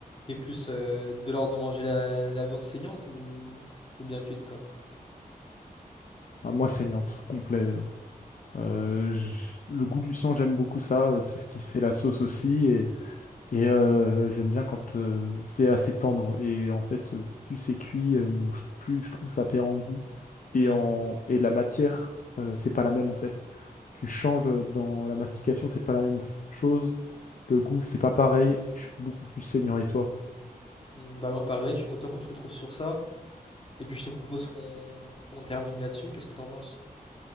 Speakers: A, on the left (about 35°); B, on the left (about 55°).
A: T'es plus euh, de l'ordre de manger la, la viande saignante ou, ou bien cuite, toi?
B: à moi saignante, complet. euh. Euh,
A: Ouais.
B: j- le goût du sang, j'aime beaucoup ça. euh, C'est ce qui fait la sauce aussi. Et, et, euh, j'aime bien quand euh, c'est assez tendre. Et en fait, euh, plus c'est cuit, euh, je- plus je trouve ça perd en goût.
A: Ouais.
B: Et, en, et la matière, euh, c'est pas la même en fait. Tu changes euh, dans la mastication, c'est pas la même chose. Le goût, c'est pas pareil. Je suis beaucoup plus saignant. Et toi?
A: Hmm, Bah moi pareil, je suis content qu'on se retrouve sur ça. Et puis je te propose qu'on qu'on termine là-dessus. Qu'est-ce que t'en penses?